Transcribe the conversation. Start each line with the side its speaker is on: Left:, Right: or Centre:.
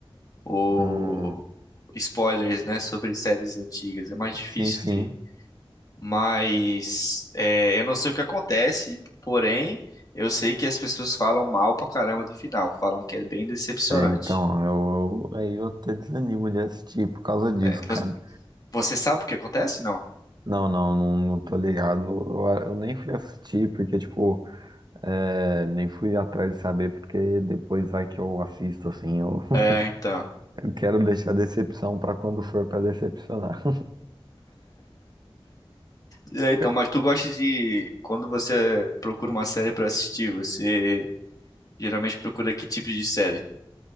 Left: o-
Right: Hum,
Left: spoilers, né, sobre séries antigas. É mais difícil
Right: sim, sim.
Left: ter. Mas é, eu não sei o que acontece, porém, eu sei que as pessoas falam mal pra caramba do final, falam que é bem decepcionante.
Right: É, então, eu, eu- aí eu até desanimo de assistir por causa disso,
Left: É,
Right: cara.
Left: vo- você sabe o que acontece? Não?
Right: Não, não, não, não tô ligado. Eu, eu nem fui assistir porque, tipo, é, nem fui atrás de saber porque depois vai que eu assisto, assim. Eu,
Left: É, então.
Right: <laughs> eu quero deixar decepção pra quando for pra decepcionar.
Left: E aí, então,
Right: Ca-
Left: mas tu gosta de. Quando você procura uma série pra assistir, você geralmente procura que tipo de série?